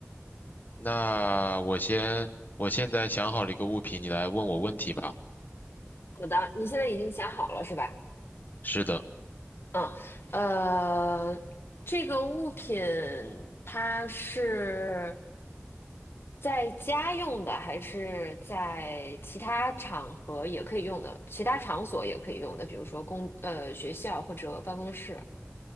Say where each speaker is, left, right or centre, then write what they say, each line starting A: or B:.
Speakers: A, on the left; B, on the left.
A: 那我先，我现在想好了一个物品，你来问我问题吧。
B: 好的，你现在已经想好了是吧？
A: 是的，
B: 嗯，呃，这个物品它是在家用的，还是在其他场合也可以用的？其他场所也可以用的，比如说公呃学校或者办公室